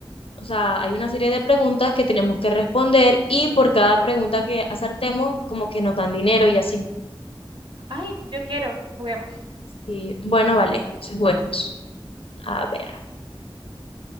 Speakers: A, on the left (about 80°); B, on the right (about 60°).
A: o sea, hay una serie de preguntas que tenemos que responder y por cada pregunta que acertemos, como que nos dan dinero y así.
B: Ay, yo quiero, juguemos.
A: Y bueno, vale, sí, bueno. A ver,